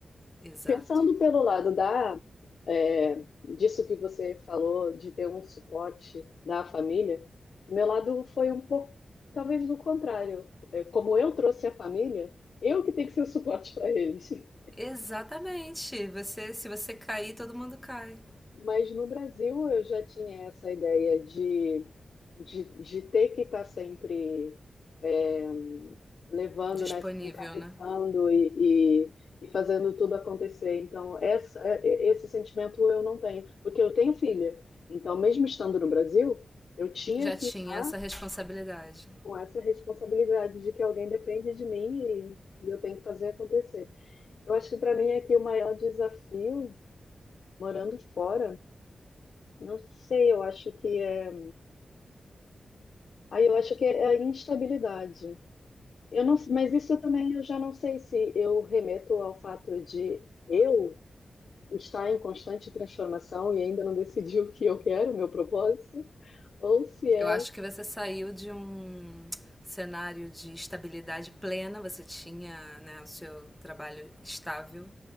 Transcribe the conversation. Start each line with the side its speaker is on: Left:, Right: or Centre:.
Centre: Exato.
Left: Pensando pelo lado da, é, disso que você falou, de ter um suporte da família, o meu lado foi um pouco, talvez do contrário. É, como eu trouxe a família, eu que tenho que ser o suporte para eles. <laughs>
Centre: Exatamente. Você, se você cair, todo mundo cai.
Left: Mas no Brasil eu já tinha essa ideia de, de, de ter que estar sempre é, levando,
Centre: Disponível,
Left: né, encabeçando
Centre: né?
Left: e, e, e fazendo tudo acontecer. Então, essa, é- é, esse sentimento eu não tenho, porque eu tenho filha. Então, mesmo estando no Brasil, eu tinha
Centre: já
Left: que
Centre: tinha
Left: estar
Centre: essa responsabilidade.
Left: com essa responsabilidade de que alguém depende de mim e, e eu tenho que fazer acontecer. Eu acho que para mim aqui o maior desafio, morando fora, não sei, eu acho que é, aí eu acho que é a instabilidade. Eu não, mas isso também eu já não sei se eu remeto ao fato de eu está em constante transformação e ainda não decidiu o que eu quero, o meu propósito, ou se é.
Centre: Eu acho que você saiu de um cenário de estabilidade plena, você tinha né, o seu trabalho estável,